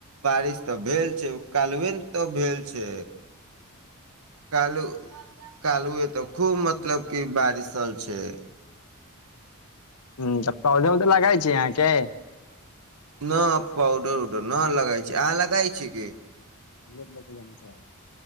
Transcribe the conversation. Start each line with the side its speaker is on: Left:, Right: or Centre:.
Right: बारिश तऽ भेल छै कालुए ने त भेल छै कालु कालुए तो खूब मतलब की बारिशल छै छै
Left: ह तऽ पौधे उधे लगइ छै अहाँके
Right: न पाउधो न लगा छै अहाँ लगइ छी की
Left: के ज छल